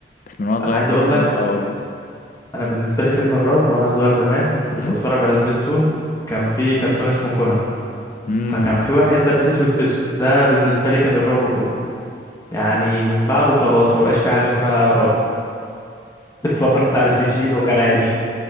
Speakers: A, on the left (about 45°); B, on the left (about 20°).
A: بس من وانا صغير
B: انا عايز
A: فاكر
B: اقول
A: ان
B: لك
A: هي- اه قول لي اه
B: انا بالنسبة لي فيلم الرعب وانا صغير زمان كنت
A: امم
B: بتفرج على سبيستون كان في كرتون اسمه كونان
A: امم
B: فكان في واحد لابس اسود في اسود ده بالنسبة لي كان الرعب كله يعني من بعده خلاص ما بقاش في حاجة اسمها رعب اتفرجت على سجين وكان عادي